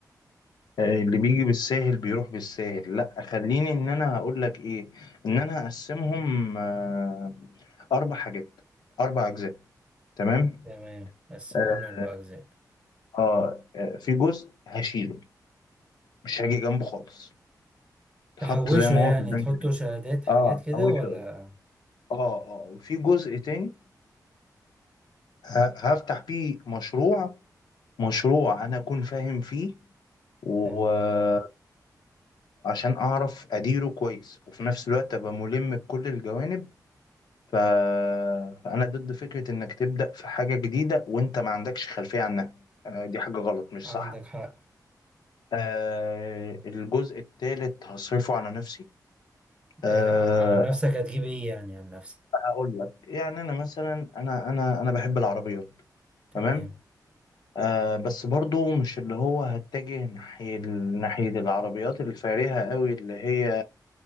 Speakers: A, on the left; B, on the right.
A: آه، اللي بيجي بالساهل بيروح بالساهل لا خليني ان انا هقول لك ايه ان انا هقسمهم آه. اربع حاجات اربع اجزاء تمام
B: تمام قسمهم
A: اه
B: لأربع أجزاء
A: آه، في جزء هشيله مش هاجي جنبه خالص اتحط
B: تحوشه
A: زي ما
B: يعني
A: هو في البنك
B: تحطه
A: كده.
B: شهادات حاجات
A: اه
B: كده
A: هوشه
B: ولا
A: اه اه وفي جزء تاني ه- هفتح بيه مشروع مشروع انا اكون فاهم فيه وعشان
B: تمام
A: اعرف اديره كويس وفي نفس الوقت ابقى ملم بكل الجوانب ف... فانا ضد فكرة انك تبدأ في حاجة جديدة وانت ما عندكش خلفية عنها آه، دي حاجة غلط مش
B: عندك
A: صح
B: حق
A: آه، الجزء التالت هصرفه على نفسي أه
B: إيه، على نفسك هتجيب ايه يعني على نفسك
A: هقول لك يعني انا مثلا انا انا انا بحب العربيات
B: تمام
A: تمام أه بس برضو مش اللي هو هتجه ناحية ال- ناحية العربيات الفارهة قوي اللي هي